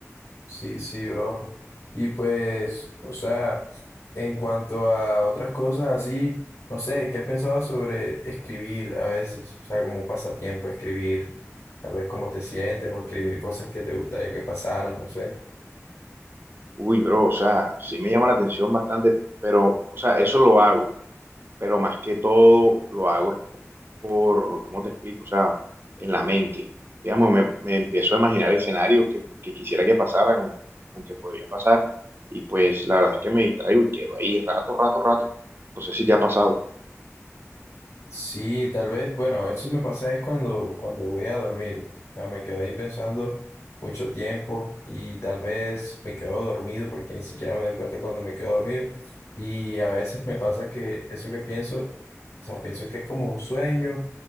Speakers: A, on the left; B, on the right.
A: Sí, sí, bro. Y pues, o sea, en cuanto a otras cosas así, no sé, ¿qué has pensado sobre escribir a veces? O sea, como un pasatiempo, escribir, tal vez cómo te sientes o escribir cosas que te gustaría que pasaran, no sé.
B: Uy, bro, o sea, sí me llama la atención bastante, pero, o sea, eso lo hago, pero más que todo lo hago por, ¿cómo te explico? O sea, en la mente. Digamos, me, me empiezo a imaginar escenarios que, que quisiera que pasaran o, o que podrían pasar y pues la verdad es que me distraigo y quedo ahí rato, rato, rato. No sé si te ha pasado.
A: Sí, tal vez, bueno, eso me pasa es cuando, cuando voy a dormir. O sea, me quedo ahí pensando mucho tiempo y tal vez me quedo dormido porque ni siquiera me doy cuenta cuando me quedo dormido. Y a veces me pasa que eso que pienso, o sea, pienso que es como un sueño,